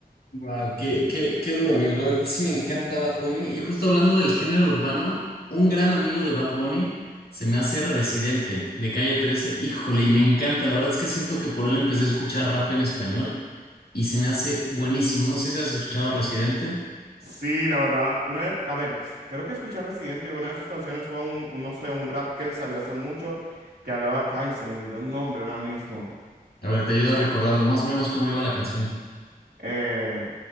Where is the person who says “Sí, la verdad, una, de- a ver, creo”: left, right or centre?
Right